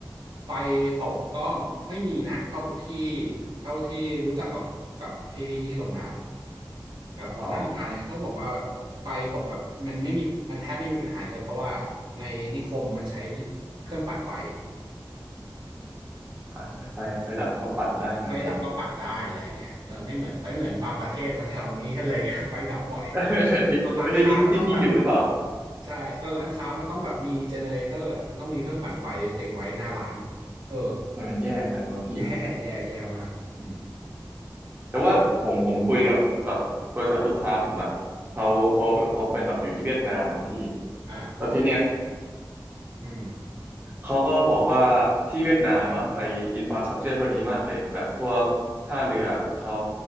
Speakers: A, on the right; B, on the right.
A: ไฟตกก็ไม่มีนะเท่าที่เท่าที่รู้จักกับกับพี่ๆที่โรงงานแบบหัวหน้าโรงงานเนี่ยเขาบอกว่าแบบไฟตกแบบมันไม่มีมันแทบไม่มีปัญหาเลยเพราะว่าในนิคมมันใช้
B: อ๋อ
A: เครื่องปั่นไฟ
B: อ่าใช่ไฟไฟดับมันก็ปั่นได้ของมันเอง
A: ไฟดับก็ปั่นได้อะไรเงี้ยเออไม่เหมือนไปเหมือนบางประเทศแถวๆนี้ <laughs> อะไรเงี้ยไฟดับบ่อย
B: <laughs> ที่ประเทศที่ที่พี่อยู่หรือเปล่า
A: ตอนร้านค้ามันต้องแบบใช่ตอนร้านค้ามันต้องแบบมีเจเนเรเตอร์มันต้องมีเครื่องปั่นไฟติดไว้หน้าร้านเออ
B: มันมันแย่กันวะพี่
A: แย่แย่แย่มากอืม
B: แต่ว่าผมผมคุยกับกับบริษัทลูกค้าผมอ่ะเขาเขาเขาเป็นแบบอยู่ที่เวียดนามอ่ะพี่
A: อ่า
B: แล้วทีเนี้ย
A: อืม
B: เขาก็บอกว่าที่เวียดนามอะไออินฟราสตรักเจอร์เขาดีมากเลยแบบพวกท่าเรือเขา